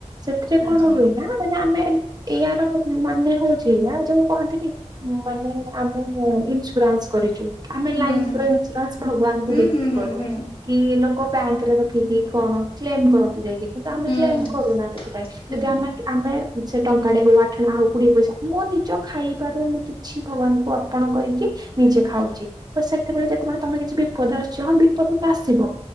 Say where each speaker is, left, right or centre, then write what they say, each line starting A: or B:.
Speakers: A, on the right (about 35°); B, on the left (about 50°).
A: ସେଥିରେ
B: ଆଚ୍ଛା
A: କଣ ହୁଏ। ନା ମାନେ ଆମେ ଏମି ଇଆର ମାନେ ହୋଉଚି ଏଇଆ ଯୋଉ କୁହନ୍ତିନି ମାନେ ଆମେ ଇନ୍ସୁରାନ୍ସ କରିଚୁ। ଆମେ
B: ହୁଁ
A: ଲାଇଫର
B: ହୁଁ
A: ଇନ୍ସୁରାନ୍ସ ଭଗବାନଙ୍କୁୁ
B: ହୁଁ
A: ଦେଇକି
B: ହୁଁ ହୁଁ
A: କରୁ।
B: ହୁଁ।
A: କି ଲୋକ ବ୍ୟାଙ୍କରେ ରଖିକି କଣ କ୍ଲେମ କରନ୍ତିୁ ଯାଇକି। କିନ୍ତୁ ଆମେ
B: ହୁଁ
A: କ୍ଳେମ
B: ହୁଁ
A: କରୁନା ସେଥିପାଇଁ
B: ହୁଁ।
A: ଯଦି ଆମେ ଆମେ ସେ ଟଙ୍କାଟେ ହୋଉ ଆଠଣା ହୋଉ କୋଡିଏ ପଇସା ହୋଉ ମୋ ନି ଜ ଖାଇବାରୁ ମୁଁ କିଛି ଭଗବାନଙ୍କୁ ଅର୍ପଣ କରିକି ନିଜେ ଖାଉଚି। ତ ସେତେବେଳେ ଯେତେବେଳେ ତମେ କିଛି ବିପଦ ଆସୁଚି ହଁ ବିପଦ ତ ଆସିବ